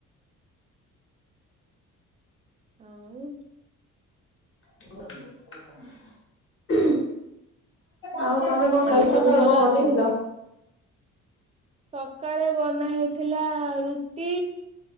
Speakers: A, on the right (about 20°); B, on the left (about 45°).
A: ଆଉ
B: <inaudible> ଆଉ ତମେ କଁ ଖାଇ
A: ଆଉ ସବୁ
B: ସଖାଳୁ
A: ଭଲ
B: କଁ ବନେଇଥିଲ?
A: ଅଛନ୍ତି? ସକାଳେ ବନା ହେଇଥିଲା ରୁଟି।